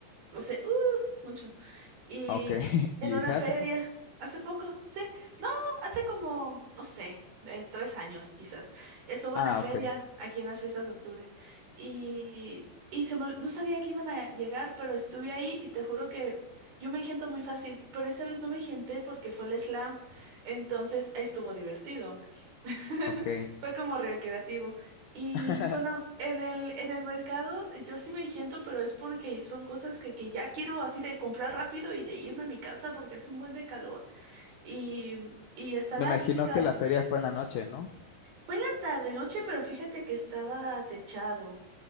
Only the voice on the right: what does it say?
O sea, ¡uh! mucho. Y
en
una
feria,
hace poco, sí, no, hace como, no sé, eh, tres años quizás, estuvo
en la feria
aquí en las fiestas de octubre y, y se me- ol- no sabía que iban a llegar, pero estuve ahí y te juro que yo me engento muy fácil, pero esa vez no me engenté porque fue el slam, entonces ahí estuvo divertido. <laughs>
Fue como recreativo. Y
bueno, en el, en el mercado yo sí me engento, pero es porque son cosas que, que ya quiero así de comprar rápido y de irme a mi casa porque hace un buen de calor. Y, y está
la
típica,
fue en la tarde, noche, pero fíjate que estaba techado.